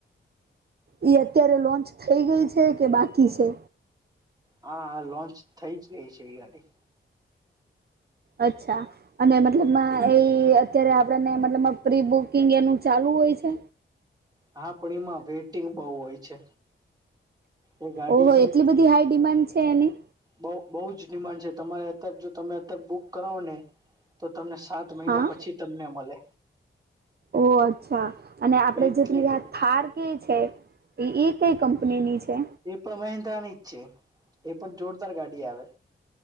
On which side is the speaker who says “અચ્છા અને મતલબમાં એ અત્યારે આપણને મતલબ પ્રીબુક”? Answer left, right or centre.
Right